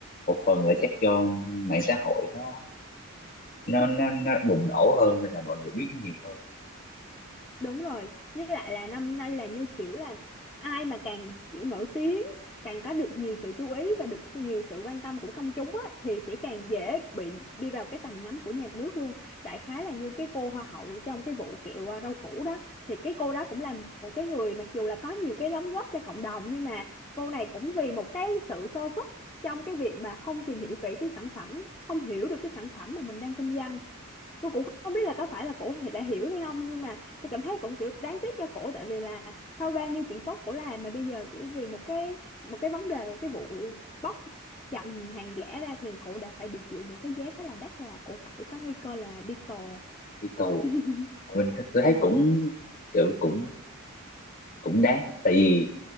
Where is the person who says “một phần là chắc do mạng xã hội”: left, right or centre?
Left